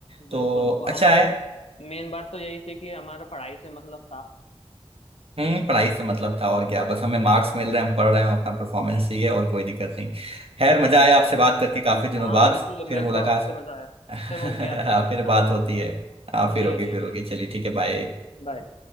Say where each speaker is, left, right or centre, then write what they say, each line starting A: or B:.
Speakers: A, on the left; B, on the right.
A: बिल्कुल
B: तो
A: बिल्कुल
B: अच्छा
A: हम तो
B: है
A: मेन बात तो यही थी कि हमारा पढ़ाई से मतलब था
B: हम्म पढ़ाई से मतलब था और क्या बस हमें मार्क्स मिल रहे हैं हम पढ़ रहे हैं हम अपना परफॉर्मेंस
A: हम्म
B: चाहिए और कोई दिक्कत नहीं खैर मजा आया आपसे बात करके काफी दिनों
A: हाँ
B: बाद
A: बिल्कुल
B: फिर
A: मेरे
B: मुलाकात
A: को आपसे मजा आया
B: <laughs> हाँ
A: फिर होगी आपसे मुलाकात
B: फिर बात होती है हाँ फिर
A: जी
B: होगी
A: जी
B: फिर
A: जी
B: होगी चलिए ठीक है बाय
A: बाय